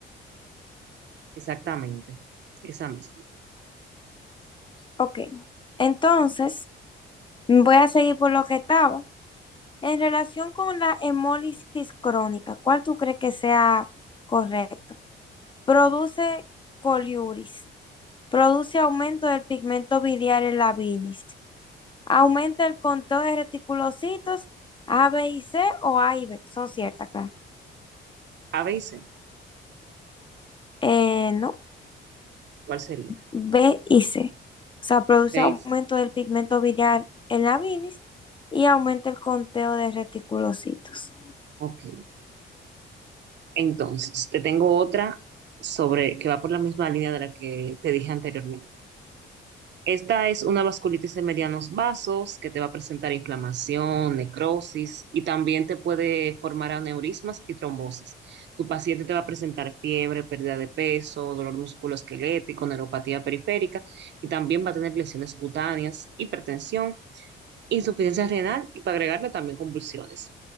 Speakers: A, on the right; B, on the left.
A: Exactamente, esa misma.
B: Ok, entonces voy a seguir por lo que estaba. En relación con la hemólisis crónica, ¿cuál tú crees que sea correcto? Produce coliuris, produce aumento del pigmento biliar en la bilis, Aumenta el conteo de reticulocitos A, B y C o A y B. Son ciertas, claro.
A: A veces,
B: Eh, no,
A: ¿cuál sería?
B: B y C. O sea, produce
A: Seis.
B: aumento del pigmento biliar en la bilis y aumenta el conteo de reticulocitos.
A: Ok. Entonces, te tengo otra sobre que va por la misma línea de la que te dije anteriormente. Esta es una vasculitis de medianos vasos que te va a presentar inflamación, necrosis y también te puede formar aneurismas y trombosis. Tu paciente te va a presentar fiebre, pérdida de peso, dolor musculoesquelético, neuropatía periférica y también va a tener lesiones cutáneas, hipertensión insuficiencia renal y para agregarle también convulsiones.